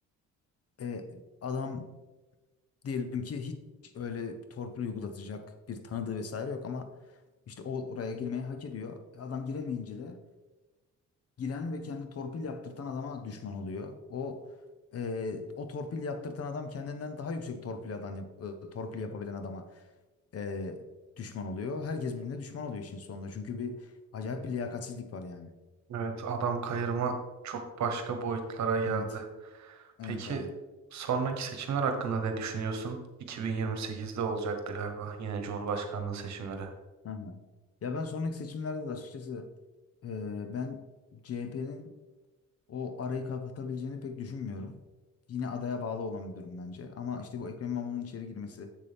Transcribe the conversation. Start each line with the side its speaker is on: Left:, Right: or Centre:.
Left: E, adam Diyelim ki hiç öyle torpil uygulatacak bir tanıdığı vesaire yok ama işte o oraya girmeyi hak ediyor. Adam giremeyince de giren ve kendi torpil yaptırtan adama düşman oluyor. O e, o torpil yaptırtan adam kendinden daha yüksek torpil adam yap, e, torpil yapabilen adama e, düşman oluyor. Herkes birbirine düşman oluyor işin sonunda. Çünkü bir acayip bir liyakatsizlik var yani.
Right: evet adam kayırma çok başka boyutlara geldi.
Left: Evet. Evet
Right: Peki
Left: abi.
Right: sonraki seçimler hakkında ne düşünüyorsun? 2028'de olacaktı galiba yine Cumhurbaşkanlığı seçimleri.
Left: Hı hı. Ya ben sonraki seçimlerde de açıkçası e, ben CHP'nin o arayı kapatabileceğini pek düşünmüyorum. Yine adaya bağlı olan bir durum bence. Ama işte bu Ekrem İmamoğlu'nun içeri girmesi